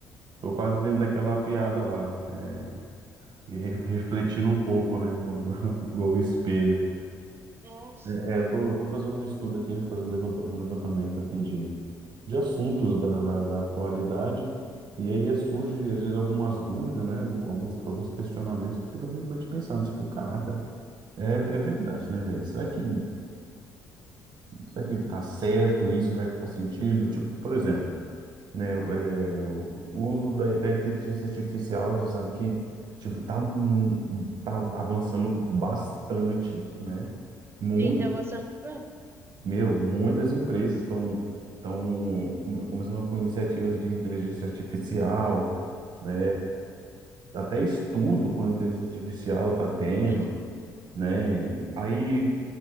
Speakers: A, on the right (about 50°); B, on the right (about 25°).
A: tô quase dentro daquela piada lá. é, e re- refletindo um pouco, né? Quando, <laughs> igual o espelho.
B: Nossa.
A: É, eu tô, tô fazendo um estudo aqui, fazendo levanta- um levantamento aqui de, de assuntos da, da, da atualidade. E aí é, surge, às vezes, algumas dúvidas, né? algum- Alguns, alguns questionamentos que eu fico realmente pensando, tipo, caraca, é, é verdade, né, velho? Será que Será que tá certo isso? Será que faz sentido? Tipo, por exemplo, né, o- é, o uso da, da inteligência artificial, você sabe que, tipo, tá, mu- tá avançando bastante, né? Muito,
B: Sim, deu uma semana.
A: meu, muitas empresas estão estão começando com iniciativas de inteligência artificial, né? Até estudo com inteligência artificial tá tendo,
B: Sim.
A: né? Aí